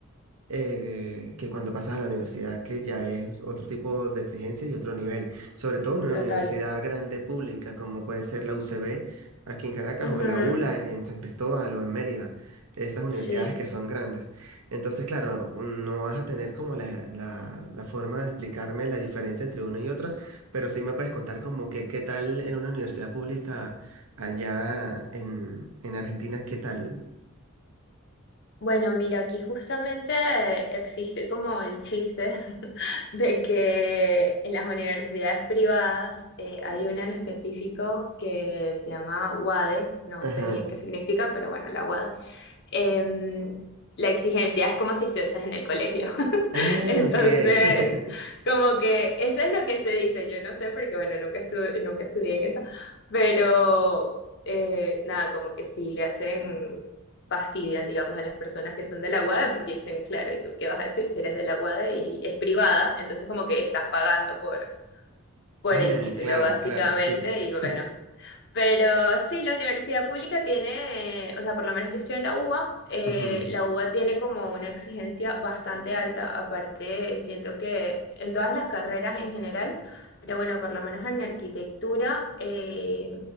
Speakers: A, on the right (about 75°); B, on the left (about 50°).
A: eh, que cuando pasas a la universidad, que ya es otro tipo de exigencias y otro nivel, sobre todo en una
B: total.
A: universidad grande pública como puede ser la UCB aquí en Caracas
B: Ujú,
A: o la ULA en San Cristóbal o en Mérida, estas universidades
B: Sí.
A: que son grandes. Entonces, claro, no vas a tener como la, la, la forma de explicarme la diferencia entre una y otra, pero sí me puedes contar como que qué tal en una universidad pública allá en, en Argentina, qué tal.
B: Bueno, mira, aquí justamente eh, existe como el chiste <laughs> de que en las universidades privadas eh, hay una en específico que se llama UADE, no
A: Ajá.
B: sé bien qué significa, pero bueno, la UADE, em, la exigencia es como si estuvieses en el colegio. <laughs>
A: Ah,
B: Entonces,
A: ok. <laughs>
B: como que eso es lo que se dice. Yo no sé porque, bueno, nunca estuve, nunca estudié en esa, pero eh, nada, como que sí le hacen, fastidian, digamos, a las personas que son de la UADE porque dicen, claro, ¿y tú qué vas a decir si eres de la UADE y es privada? Entonces, como que estás pagando por, por
A: Ah,
B: el título,
A: claro,
B: básicamente,
A: claro, sí, sí.
B: y bueno,
A: <laughs>
B: pero sí, la universidad pública tiene, eh, o sea, por lo menos yo estoy en la UBA, eh,
A: Ujú,
B: la UBA tiene como una exigencia bastante alta, aparte siento que en todas las carreras en general, pero bueno, por lo menos en arquitectura eh,